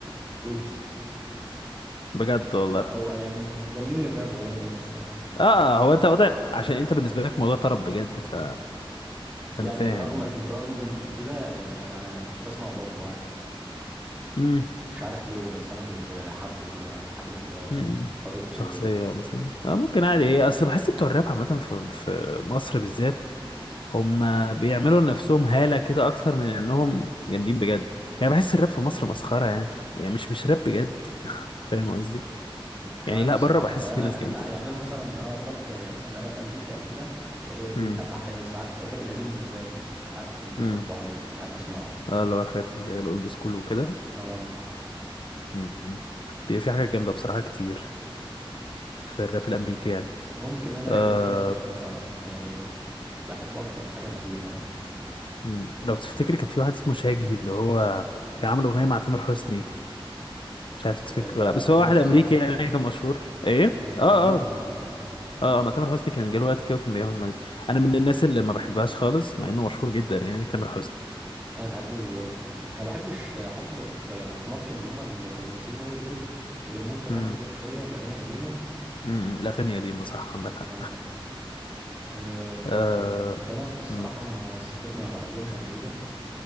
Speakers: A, on the right (about 15°); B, on the left (about 60°).
A: ويجز
B: بجد والله
A: او يعني مغنيين الراب عموما الصراحة
B: اه هو انت وضع عشان انت بالنسبه لك موضوع طرب بجد ف... فانا
A: يعني
B: فاهم
A: رغم
B: يعني
A: برغم من كده يعني انا كنت بسمع بابلو عادي
B: امم
A: مش عارف ليه بس انا كنت حابه كده كنت حابب آه،
B: امم
A: طريقته
B: شخصيه مثلا آه ممكن عادي هي اصل بحس بتوع الراب عامه في... في مصر بالذات هم بيعملوا لنفسهم هاله كده اكتر من انهم جامدين بجد يعني بحس الراب في مصر مسخره يعني يعني مش مش راب بجد فاهم قصدي
A: مش
B: يعني
A: عارف
B: لا
A: صراحة
B: بره بحس
A: يعني
B: في ناس
A: أنا لا
B: جامده
A: يعني أنا مثلا أه الراب يعني مثلا الراب الأمريكي أو كده إيه، ب-
B: امم
A: لا بحب ساعات الراب القديم بالذات ساعات كنت بحبه
B: امم
A: عادي كنت بحب أسمعه
B: اه اللي هو الحاجات اللي هي الاولد سكول وكده
A: أه
B: امم بيبقى في حاجات جامده بصراحه كتير في الراب الامريكي يعني
A: ممكن أنا
B: آه
A: شوية ب... ب... يعني بحب أكتر الحاجة القديمة يعني
B: مم. لو تفتكر كان في واحد اسمه شاجي اللي هو كان عامل اغنيه مع تامر حسني مش عارف تفتكر
A: آه، ده
B: ولا لا بس
A: أجنبي
B: هو واحد امريكي
A: صح؟
B: يعني كان مشهور ايه
A: أيوة
B: اه
A: أجنبي
B: اه
A: أه
B: اه آه، ما تامر حسني كان جاله وقت كده وكان بيعمل مانجا انا من الناس اللي ما بحبهاش خالص مع انه مشهور جدا يعني تامر حسني
A: أنا ما بحبوش برضه يعني ما بحبش حد في في مصر من اللي هم الرومانسيين أوي دول غير ممكن
B: امم
A: عمرو دياب شوية الأغاني القديمة
B: امم الاغنيه دي صح عندك حق
A: أه, أه
B: آه
A: كبنات بالصراحة
B: مم.
A: ما الستات ما بحبهمش قد كده